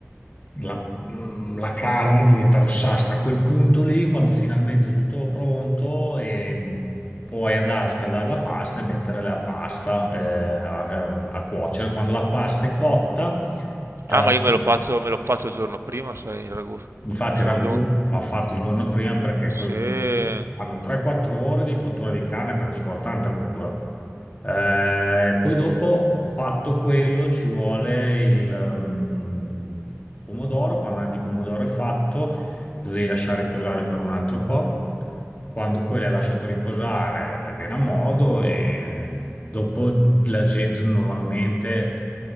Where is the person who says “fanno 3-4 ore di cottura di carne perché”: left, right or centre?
Left